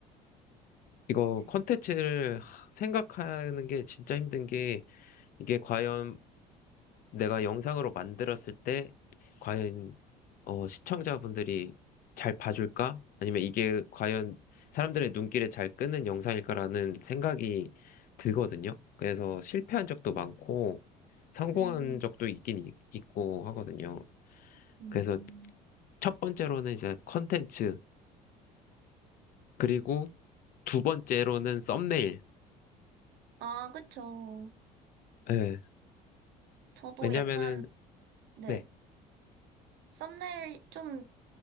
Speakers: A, on the left; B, on the right.
A: 이거
B: 네.
A: 컨텐츠를 하- 생각하는 게 진짜 힘든 게 이게 과연 내가 영상으로 만들었을 때 과연 어, 시청자분들이 잘 봐줄까? 아니면 이게 과연 사람들의 눈길에 잘 끄는 영상일까라는 생각이 들거든요. 그래서 실패한 적도 많고 성공한
B: 음,
A: 적도 있긴 있- 있고 하거든요.
B: 음.
A: 그래서 첫 번째로는 이제 컨텐츠 그리고 두 번째로는 썸네일.
B: 아, 그쵸.
A: 예.
B: 저도
A: 왜냐면은,
B: 약간, 네.
A: 네.
B: 썸네일 좀